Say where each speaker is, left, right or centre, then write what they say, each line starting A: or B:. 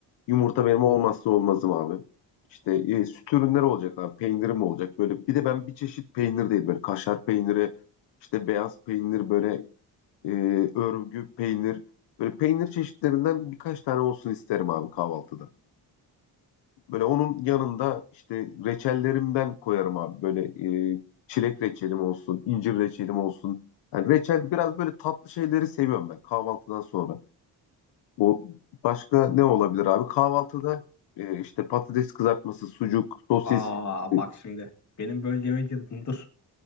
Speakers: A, on the left; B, on the left.
A: yumurta benim olmazsa olmazım abi. İşte e, süt ürünleri olacak abi. Peynirim olacak böyle. Bir de ben bir çeşit peynir değil böyle kaşar peyniri, işte beyaz peynir böyle e, örgü peynir. Böyle peynir çeşitlerinden birkaç tane olsun isterim abi kahvaltıda. Böyle onun yanında işte reçellerimden koyarım abi. Böyle e, çilek reçelim olsun, incir reçelim olsun. Yani reçel biraz böyle tatlı şeyleri seviyorum ben kahvaltıdan sonra bu başka ne olabilir abi? Kahvaltıda e, işte patates kızartması, sucuk, sosis.
B: Aa
A: E,
B: bak şimdi benim böyle yemek yedim dur.